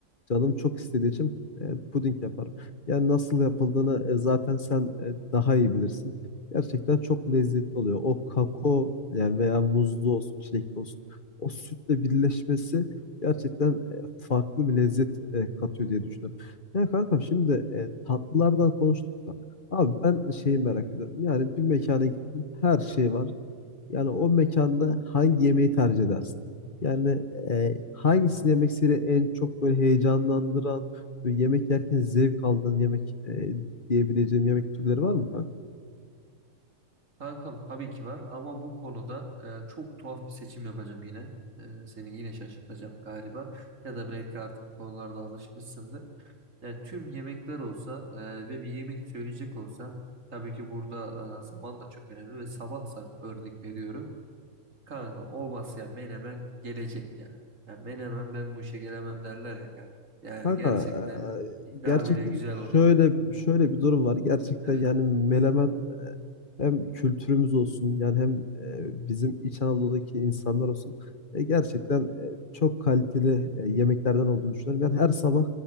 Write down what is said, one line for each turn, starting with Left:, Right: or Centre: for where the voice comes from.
Left: Canım çok istediği için e, puding yaparım. Yani nasıl yapıldığını e, zaten sen e, daha iyi bilirsin. Gerçekten çok lezzetli oluyor. O kakao yani veya muzlu olsun, çilekli olsun. O sütle birleşmesi gerçekten e, farklı bir lezzet e, katıyor diye düşünüyorum. Ya kankam şimdi e, tatlılardan konuştuk da. Abi ben şeyi merak ediyorum. Yani bir mekana gittim. Her şey var. Yani o mekanda hangi yemeği tercih edersin? Yani e, hangisini yemek seni en çok böyle heyecanlandıran, böyle yemek yerken zevk aldığın yemek e, diyebileceğim yemek türleri var mı kanka?
Right: Kankam tabii ki var ama bu konuda e, çok tuhaf bir seçim yapacağım yine. E, seni yine şaşırtacağım galiba. Ya da belki artık bu konularda alışmışsındır. E, tüm yemekler olsa e, ve bir yemek söyleyecek olsam tabii ki burada e, zaman da çok önemli ve sabahsa örnek veriyorum. Kanka o ya Menemen gelecek ya. Ya Menemen ben bu işe gelemem derler ya kanka. Yani
Left: Kanka
Right: gerçekten
Left: eee,
Right: biz daha
Left: gerçekten
Right: bile güzel
Left: şöyle
Right: oluyor.
Left: şöyle
Right: E,
Left: bir durum var. Gerçekten
Right: Evet.
Left: yani Menemen eee, hem kültürümüz olsun yani hem eee, bizim İç Anadolu'daki insanlar olsun. E, gerçekten e, çok kaliteli e, yemeklerden olduğunu düşünüyorum. Yani her sabah